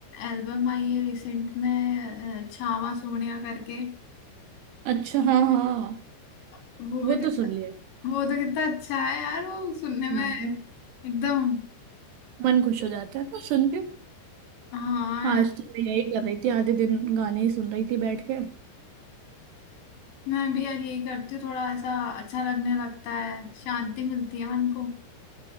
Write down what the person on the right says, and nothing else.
अच्छा हाँ हाँ हाँ।
वो
तो सुन लिया
हाँ यार
मन खुश हो जाता है ना सुन के
आज
तो मैं यही कर रही थी आधे दिन गाने ही सुन रही थी बैठ के